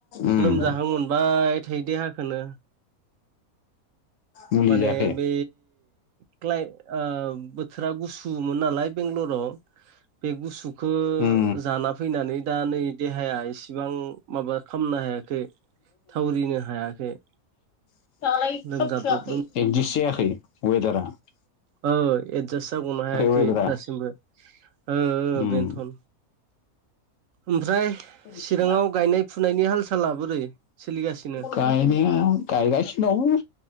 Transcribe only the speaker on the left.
उम
मुलि
जायाखै
उम
<inaudible>
एडजास‌ जायाखै वेडारा
वेदारा
उम
<inaudible>
गायनाया गायगासिनो दं